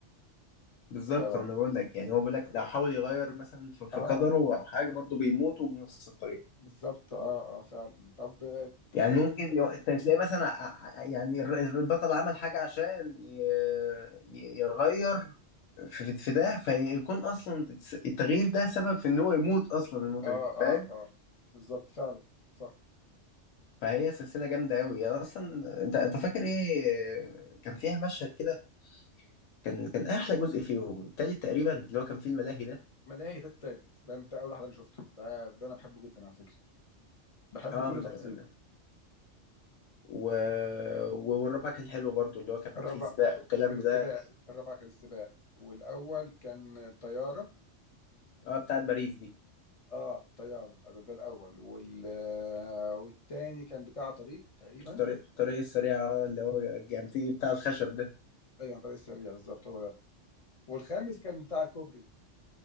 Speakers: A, on the left; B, on the left.
A: بالظبط
B: ف
A: أنا بقول لك يعني هو بيقول لك لو حاول يغير مثلا في في
B: اه
A: قدره أو حاجة برضو بيموت وبنفس الطريقة
B: بالظبط اه اه فعلا طب تفتكر
A: يعني ممكن
B: انت
A: يو- انت تلاقي مثلا ع- ع- يعني الر- البطل عمل حاجة عشان ي- ي- يغير في في ده فيكون اصلا الس- التغيير ده سبب في ان هو يموت اصلا الموتة
B: اه
A: دي فاهم
B: اه اه بالظبط فعلا صح
A: فهي سلسلة جامدة أوي يعني أصلا أنت أنت فاكر إيه كان فيها مشهد كده كان كان أحلى جزء فيهم التالت تقريبا اللي هو كان فيه الملاهي ده
B: ملاهي ده التالت ده, ده اول واحد انا شفته ده ده انا بحبه جدا على فكرة بحب
A: أه
B: كل
A: من
B: تفاصيله
A: من- و... والرابع كان حلو برضو اللي هو كان
B: الرابع
A: فيه سباق والكلام
B: كان السباق
A: ده
B: الرابع كان السباق والاول كان الطيارة
A: أه بتاعت باريس دي
B: اه طيارة ده, ده الأول وال... آه، والتاني كان بتاع طريق تقريبا
A: الطريق الطريق السريع اه اللي هو كان فيه بتاع الخشب ده
B: أيوة طريق السريع بالظبط هو ده والخامس كان بتاع الكوبري